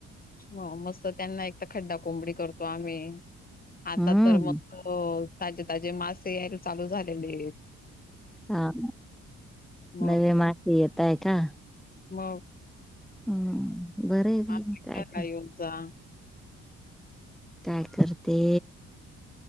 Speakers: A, on the left (about 30°); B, in the centre.
A: हो मस्त त्यांना एक तर खड्डा कोंबडी करतो आम्ही. आता
B: हम्म
A: तर मग तजे ताजे मासे यायला चालू झालेलेत.
B: हा
A: मग
B: नवी माती येतय का?
A: मग
B: हम्म बरय बाई
A: मार्केटला
B: मग काय तर.
A: येऊन जा
B: काय करते?